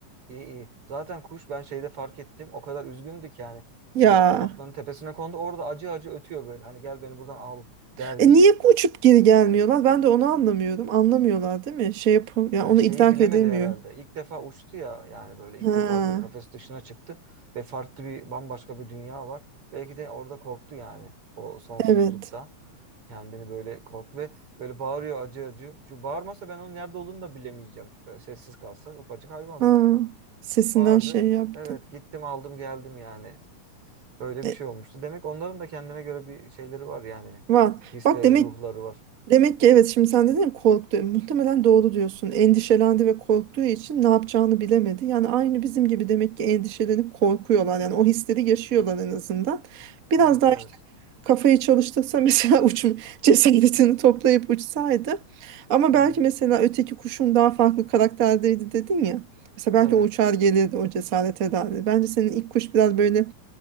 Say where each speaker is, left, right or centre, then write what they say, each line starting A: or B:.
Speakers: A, on the right; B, on the right.
A: İyi iyi. Zaten kuş ben şeyde fark ettim o kadar üzgündü ki yani
B: Ya.
A: e, apartmanın tepesine kondu orada acı acı ötüyor böyle. Hani gel beni buradan al der gibi.
B: E niye uçup geri gelmiyorlar? Ben de onu anlamıyorum. Anlamıyorlar değil mi? Şey yapam ya
A: Yani
B: onu
A: şeyi
B: idrak
A: bilemedi
B: edemiyor.
A: herhalde. İlk defa uçtu ya yani böyle ilk
B: Ha,
A: defa bir kafes dışına çıktı ve farklı bir bambaşka bir dünya var. Belki de orada korktu yani o sonsuzlukta.
B: evet.
A: kendini böyle korktu ve böyle bağırıyor acı acı. Şu bağırmasa ben onun nerede olduğunu da bilemeyeceğim. Böyle sessiz kalsa ufacık hayvan
B: Ha,
A: zaten.
B: sesinden
A: Bağırdı.
B: şey yaptım.
A: Evet gittim aldım geldim yani. Öyle
B: E,
A: bir şey olmuştu. Demek onların da kendine göre bir şeyleri var yani.
B: var.
A: Hisleri,
B: Bak demek
A: ruhları var.
B: Demek ki evet şimdi sen dedin ya korktu. Muhtemelen doğru diyorsun. Endişelendi ve korktuğu için ne yapacağını bilemedi. Yani aynı bizim gibi demek ki endişelenip korkuyorlar. Yani o hisleri yaşıyorlar en azından. Biraz
A: Evet
B: daha
A: evet.
B: işte kafayı çalıştırsa <laughs> mesela uçum cesaretini toplayıp uçsaydı. Ama
A: Hı
B: belki
A: hı.
B: mesela öteki kuşun daha farklı karakterdeydi dedin ya. Mesela belki
A: Evet.
B: o uçar gelirdi, o cesaret ederdi. Bence senin ilk kuş biraz böyle